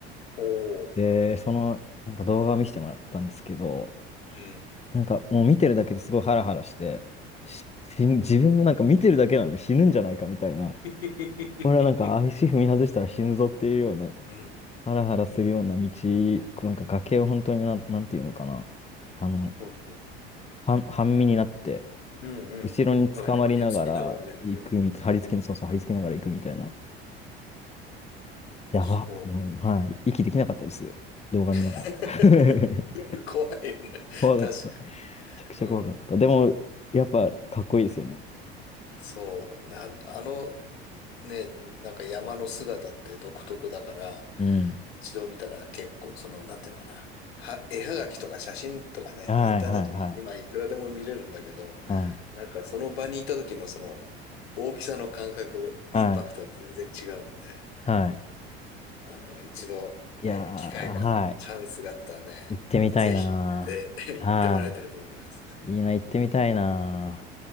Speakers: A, on the left; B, on the left.
A: う。おお。
B: で、その、なんか動画を見せてもらったんですけど、
A: うん。
B: なんかもう見てるだけですごいハラハラして、し死ぬ自分もなんか見てるだけなのに死ぬんじゃないかみたいな。
A: <laughs>
B: これはなんか足踏み外したら死ぬぞっていうような、
A: うん。
B: ハラハラするような道、こうなんか崖を本当にななんていうのかな。あの、
A: そうそう。
B: 半半身になって、
A: うんうんうん。
B: 後ろに捕まりながら行くみたい、
A: なんかへばりつきながらね。うん。
B: 張り付けの、そうそう、張り付けながら行くみたいな。やばっと思い、
A: そう。
B: はい、息できなかったです。動画見ながら。
A: <laughs>
B: <laughs>
A: 怖いよね。
B: 怖かった。
A: 確か
B: めちゃくちゃ怖かった。
A: に。うん。
B: でも、やっぱかっこいいですよね。
A: そう。だ、あの、ね、なんか山の姿って独特だから、
B: うん。
A: 一度見たら結構その、なんていうのかな。は、絵はがきとか写真とかね、
B: はいはいはい。
A: インターネットで今いくらでも見れるんだけど、
B: はい。
A: なんかその場にいた時のその大きさの感覚、
B: はい。
A: インパクトは全然違うんで、
B: はい。
A: あの、一度ね、
B: いやー、
A: 機会が、
B: はい。
A: チャンスがあったらね、
B: 行ってみたいなー。
A: ぜひ行って、<laughs> 行ってもらいたいと思います。
B: はい。いいな、行ってみたいなー。